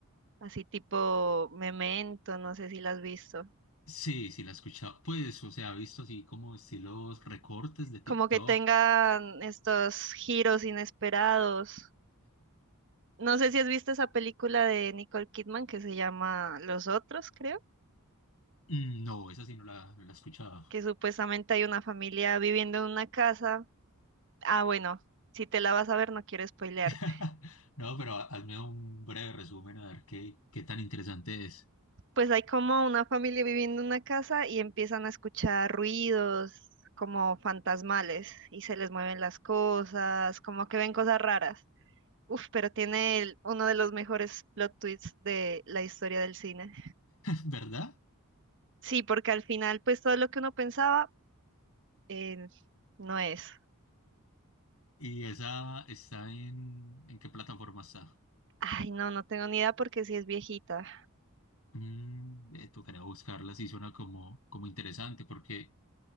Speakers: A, on the right; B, on the left.
A: así tipo Memento, no sé si la has visto.
B: Sí, sí, la he escuchado. Pues, o sea, he visto así como estilos recortes de TikTok.
A: Como que tengan estos giros inesperados. No sé si has visto esa película de Nicole Kidman que se llama Los Otros, creo.
B: Mm, No, esa sí no la, no la he escuchado.
A: que supuestamente hay una familia viviendo en una casa. Ah, bueno, si te la vas a ver, no quiero spoilearte.
B: <laughs> No, pero ha- hazme un breve resumen a ver qué, qué tan interesante es,
A: Pues hay como una familia viviendo en una casa y empiezan a escuchar ruidos como fantasmales y se les mueven las cosas, como que ven cosas raras. Uf, pero tiene el- uno de los mejores plot twists de la historia del cine.
B: <laughs> ¿verdad?
A: Sí, porque al final, pues todo lo que uno pensaba, eh, no es.
B: ¿Y esa está en, en qué plataforma está?
A: Ay, no, no tengo ni idea porque sí es viejita.
B: Mm, eh, tocaría buscarla, sí suena como, como interesante, porque